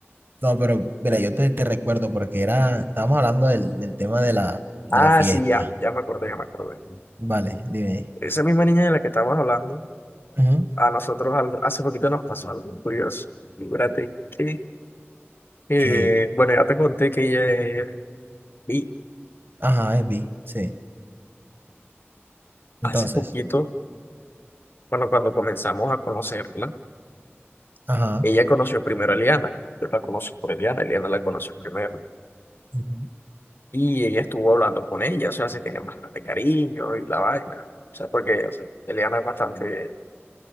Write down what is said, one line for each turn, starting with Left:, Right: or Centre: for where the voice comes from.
Right: No, pero mira, yo te, te recuerdo porque era, estábamos hablando del, del tema de la, de
Left: Ah,
Right: la fiesta.
Left: sí, ya, ya me acordé, ya me acordé.
Right: Vale, dime.
Left: Esa misma niña de la que estamos hablando,
Right: Ujú.
Left: a nosotros al- hace poquito nos pasó algo curioso. Fíjate que, eh,
Right: K.
Left: bueno, ya te conté que ella es bi,
Right: Ajá, es B. Sí. Entonces,
Left: Hace poquito, bueno, cuando comenzamos a conocerla,
Right: ajá.
Left: ella conoció primero a Eliana. Yo la conocí por Eliana, Eliana la conoció primero.
Right: Ujú.
Left: Y ella estuvo hablando con ella, o sea, se tiene bastante cariño y la vaina. O sea, porque o sea, Eliana es bastante,